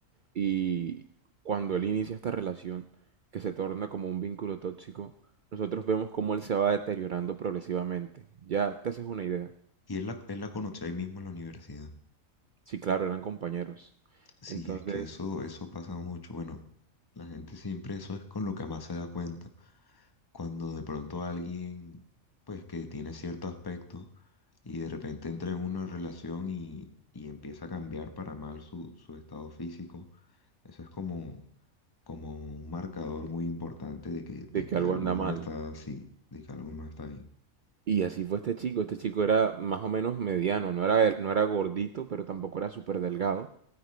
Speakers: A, on the right; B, on the left.
A: y cuando él inicia esta relación que se torna como un vínculo tóxico, nosotros vemos cómo él se va deteriorando progresivamente. Ya te haces una idea.
B: Y él la, él la conoció ahí mismo en la universidad.
A: Sí, claro, eran compañeros.
B: Sí,
A: Entonces,
B: es que eso, eso pasa mucho. Bueno, la gente siempre eso es con lo que más se da cuenta. Cuando de pronto alguien, pues que tiene cierto aspecto y de repente entra en una relación y, y empieza a cambiar para mal su, su estado físico, eso es como como un marcador muy importante de que, de
A: de que
B: que
A: algo
B: algo
A: anda mal.
B: no está así, de que algo no está bien.
A: Y así fue este chico. Este chico era más o menos mediano, no era, no era gordito, pero tampoco era súper delgado.